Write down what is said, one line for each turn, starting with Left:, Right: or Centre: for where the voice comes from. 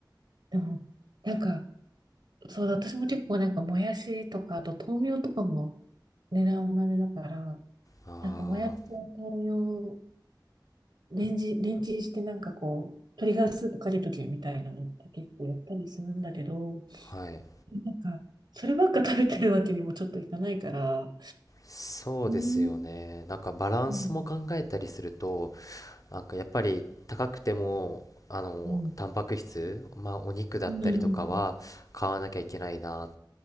Right: でも、なんか、そうだ、私も結構なんかもやしとか、あと豆苗とかも値段同じだから、
Left: あ
Right: なんか、もやしと豆苗をレンジ、レンチンして、なんかこう、鶏ガラスープかけとけみたいなのって結構やったりするんだけど、
Left: あ、はい。
Right: なんか、そればっか食べてるわけにもちょっといかないから、
Left: そうですよね。
Right: うん、
Left: なんかバランスも考えたりすると、
Right: うん、
Left: なんかやっぱり高くても、あの、
Right: うん、
Left: タンパク質、まあお肉だったりとかは買わなきゃいけないな
Right: うん、